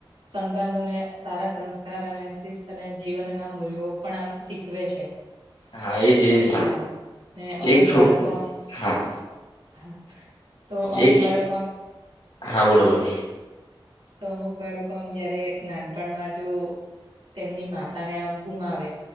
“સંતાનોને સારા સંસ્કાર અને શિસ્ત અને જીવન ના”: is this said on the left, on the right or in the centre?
Right